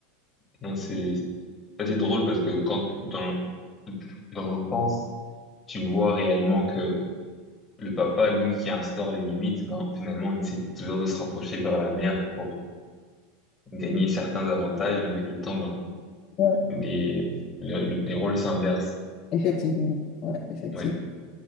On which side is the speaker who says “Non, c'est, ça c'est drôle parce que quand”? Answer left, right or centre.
Left